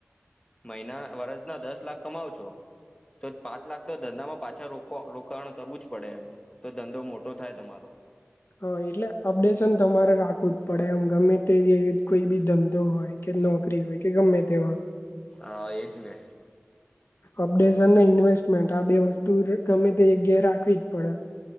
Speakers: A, on the left; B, on the left.
A: મહિના વરજ ના દસ લાખ કમાવ છો. તો પાંચ લાખ. તો ધંધામાં પાછા રો રોકાણ કરવું જ પડે એમ તો ધંધો મોટો થાય તમારો.
B: હા એટલે અપડેશન તમારે રાખવું જ પડે એમ ગમે તે કોઈ બી ધંધો હોય કે. નોકરી હોય કે ગમે તેમાં.
A: હા એજ ને.
B: અપડેઝન ને ઇન્વેસ્ટમેન્ટ આ બે વસ્તુ ગમે તે જગ્યાએ રાખવી જ પડે.